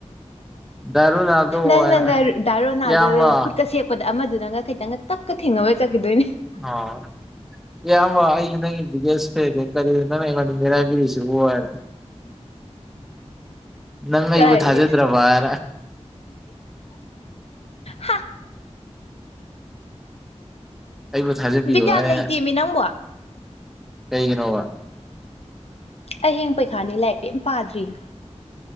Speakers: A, in the centre; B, on the left.
A: ꯗꯥ ꯔꯣꯅꯥꯜꯗꯣ
B: ꯅꯪꯅꯒ
A: ꯍꯥꯏꯅ
B: ꯗꯥ ꯔꯣꯅꯥꯜꯗꯣꯗ
A: ꯏꯌꯥꯝꯕ
B: ꯈꯨꯠꯀ ꯁꯦꯛꯄꯗꯣ ꯑꯃꯗꯨꯅꯒ ꯈꯤꯇꯪꯒ ꯇꯛꯀ ꯊꯦꯡꯉꯝꯃ ꯆꯠꯈꯤꯗꯣꯏꯅꯤ
A: ꯑꯣ ꯢꯌꯥꯝꯕ ꯑꯩꯖꯦ ꯅꯪꯒꯤ ꯕꯤꯗꯤꯌꯣꯁ ꯐꯦꯟꯅꯤ ꯀꯔꯤꯅꯣ ꯅꯪꯅ ꯑꯩꯉꯣꯟꯗ ꯃꯤꯔꯥꯢꯕꯤꯔꯤꯁꯦ ꯇꯨ ꯋꯥꯟ ꯅꯪ ꯑꯩꯕꯨ
B: ꯀꯔꯤ
A: ꯊꯥꯖꯗ꯭ꯔꯕ ꯍꯥꯢꯅ
B: ꯍꯥ
A: ꯑꯩꯕꯨ ꯊꯥꯖꯕꯤꯌꯣ
B: ꯕꯤꯠ
A: ꯍꯥꯏ
B: ꯌꯥꯝ
A: ꯑꯩꯅ
B: ꯂꯩꯇꯦꯃꯤ ꯅꯪꯕꯣ ꯑꯩ
A: ꯀꯩꯒꯤꯅꯣꯕ
B: ꯑꯩ ꯍꯌꯦꯡ ꯄꯩꯈꯥꯅꯤ ꯂꯥꯏꯔꯤꯛ ꯀꯩꯝ ꯄꯥꯗ꯭ꯔꯤꯌꯦ